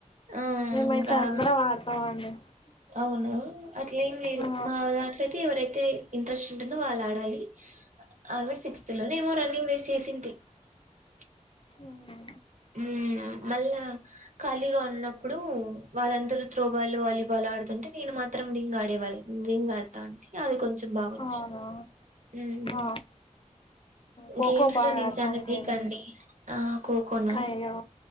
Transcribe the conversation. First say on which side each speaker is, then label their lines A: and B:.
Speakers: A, on the right (about 70°); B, on the left (about 45°).
A: ఆ
B: మేమైతే
A: ఇంకా
B: అందరం ఆడతామండి
A: అవునా అట్లేం లేదు
B: ఆ
A: మా దాంట్లో అయితే ఎవరైతే ఇంట్రెస్టుంటుందో వాళ్ళాడాలి ఆవిడ్ సిక్స్త్ లోనో ఏమో రన్నింగ్ రేస్ చేసింది. టి
B: ఔనా
A: ఉమ్. మళ్ళా ఖాళీగా ఉన్నప్పుడు వాళ్ళందరూ త్రోబాలు వాలీబాలాడుతుంటే నేను మా నేను మాత్రం రింగాడేవాళ్ళ రింగ్ ఆడుతా ఉంటి అది కొంచెం బాగొచ్చు
B: అవునా
A: మ్
B: ఆ ఖోఖో
A: గేమ్స్లో
B: బాగా
A: నేను
B: ఆడతాంటిండి
A: చాన వీకండి ఆ కోకోనా
B: అయ్యో